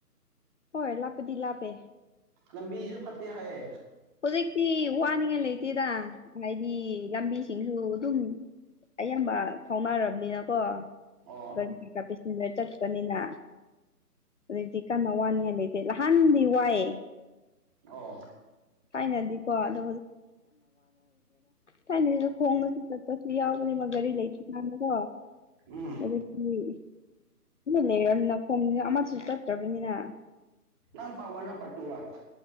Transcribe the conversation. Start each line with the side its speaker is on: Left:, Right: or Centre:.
Left: ꯍꯣꯏ ꯂꯥꯞꯄꯗꯤ ꯂꯥꯄꯦ
Right: ꯂꯝꯕꯤꯁꯨ ꯐꯠꯇꯦ ꯍꯥꯏꯌꯦ
Left: ꯍꯧꯖꯤꯛꯇꯤ ꯋꯥꯅꯤꯡꯉꯥꯏ ꯂꯩꯇꯦꯗ ꯍꯥꯏꯗꯤ ꯂꯝꯕꯤꯁꯤꯡꯁꯨ ꯑꯗꯨꯝ ꯑꯌꯥꯝꯕ ꯐꯥꯎꯅꯔꯕꯅꯤꯅꯀꯣ
Right: ꯑꯣ
Left: ꯔꯤ ꯆ ꯀꯥꯄꯤꯁ ꯂꯩ ꯆ ꯆꯠꯄꯅꯤꯅ ꯑꯗꯨꯗꯤ ꯀꯟꯅ ꯋꯥꯅꯤ ꯍꯥꯏ ꯂꯩꯇꯦ ꯂꯍꯥꯟꯗꯤ ꯋꯥꯏꯑꯦ
Right: ꯑꯣ
Left: ꯊꯥꯏꯅꯗꯤꯀꯣ ꯑꯗꯣ ꯊꯥꯏꯅꯁꯤꯗ ꯈꯣꯡꯅꯁꯨ ꯆꯠꯄꯁꯨ ꯌꯥꯎꯕꯅꯦꯕ ꯒꯥꯔꯤ ꯂꯩꯇ꯭ꯔꯤꯀꯥꯟꯗꯀꯣ
Right: ꯎꯝ
Left: ꯑꯗꯒꯤꯅ ꯂꯩꯔꯕꯝꯅ ꯈꯣꯡꯅ ꯑꯃ ꯆꯠꯇ꯭ꯔꯕꯅꯤꯅ
Right: ꯅꯪ ꯄ ꯋꯥꯅ ꯄꯠꯔ